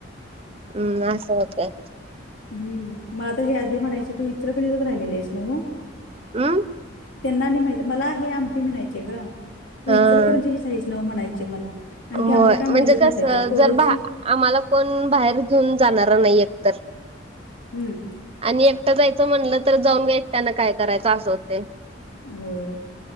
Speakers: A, on the right; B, on the left.
A: हम्म असं होतंय.
B: हम्म मला तर हे आधी म्हणायचे तू इचलकरंजीत राहिलेली आहेस नव्हं.
A: हम्म
B: त्यांना आणि माहित मला हे आमचे म्हणायचे गं तू
A: हा
B: इचलकरंजीचीच हाईस नव्हं म्हणायचे मला आणखी
A: होय
B: आम्हाला काय
A: म्हणजे
B: माहितच
A: कसं
B: नसायचं कोरोची
A: जर बा आम्हाला कोण बाहेर घेऊन जाणार नाही एकतर.
B: हम्म
A: आणि एकटं जायचं म्हटलं तर जाऊन ग एकट्यान काय करायचं असं होतय.
B: होय